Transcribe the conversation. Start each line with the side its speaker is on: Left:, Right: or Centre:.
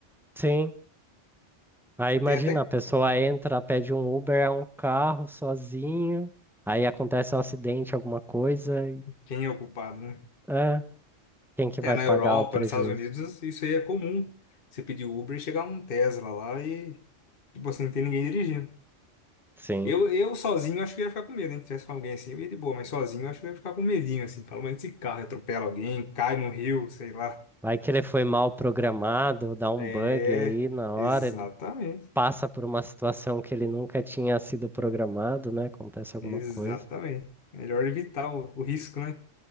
Centre: Sim. Aí imagina,
Left: Tem até
Centre: a pessoa entra, pede um Uber, é um carro sozinho. Aí acontece um acidente, alguma coisa,
Left: quem é o culpado, né?
Centre: É, quem que vai
Left: É, na
Centre: pagar
Left: Europa,
Centre: o prejuízo?
Left: nos Estados Unidos, isso aí é comum. Você pedir Uber e chegar um Tesla lá e, tipo assim, não tem ninguém dirigindo.
Centre: Sim.
Left: Eu, eu sozinho acho que ia ficar com medo, hein? Se tivesse com alguém assim, eu ia de boa, mas sozinho eu acho que eu ia ficar com medinho, assim. Fala, mas esse carro atropela alguém, cai no rio, sei lá.
Centre: Vai que ele foi mal programado, dá um
Left: É,
Centre: bug aí na hora,
Left: exatamente.
Centre: ele passa por uma situação que ele nunca tinha sido programado, né? Acontece alguma
Left: Exatamente.
Centre: coisa.
Left: Melhor evitar o, o risco, né?